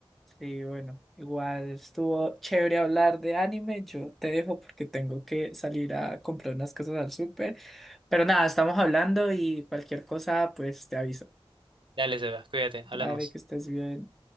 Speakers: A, in the centre; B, on the right.
A: Sí, bueno, igual estuvo chévere hablar de anime. Yo te dejo porque tengo que salir a comprar unas cosas al súper. Pero nada, estamos hablando y cualquier cosa, pues te aviso.
B: Dale, Sebas, cuídate,
A: Dale,
B: hablamos.
A: que estés bien.